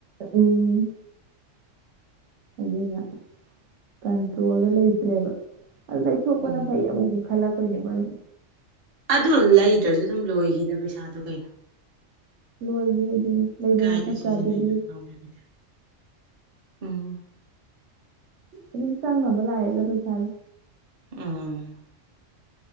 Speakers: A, on the right; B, on the right.
A: ꯎꯝ ꯍꯥꯏꯗꯤꯅꯦ ꯀꯟꯇ꯭ꯔꯣꯜꯗ ꯂꯩꯇ꯭ꯔꯦꯕ ꯑꯗꯨ ꯂꯩꯊꯣꯛꯄꯅ
B: ꯎꯝ
A: ꯐꯩ ꯑꯃꯨꯛꯃꯨꯛ ꯈꯜꯂꯛꯄꯣꯏꯅꯦꯕꯥ ꯑꯩꯅꯥ
B: ꯑꯗꯨ ꯂꯩꯗ꯭ꯔꯁꯨ ꯑꯗꯨꯝ ꯂꯣꯏꯒꯤꯗ ꯄꯩꯁꯥꯗꯨ ꯀꯩꯅꯣ
A: ꯂꯣꯏꯒꯤ ꯑꯗꯨꯅꯤ ꯂꯩꯕꯅ
B: ꯀꯥꯏꯗ
A: ꯐꯠꯇ꯭ꯔꯥ
B: ꯁꯤꯖꯤꯟꯅꯩꯩꯅꯣ
A: ꯑꯗꯨꯗꯤ
B: ꯈꯪꯗꯕꯤꯗ ꯎꯝ
A: ꯑꯗꯨꯝ ꯆꯪꯅꯕ ꯂꯥꯛꯑꯦꯕ ꯄꯩꯁꯥꯥꯁꯦ
B: ꯎꯝ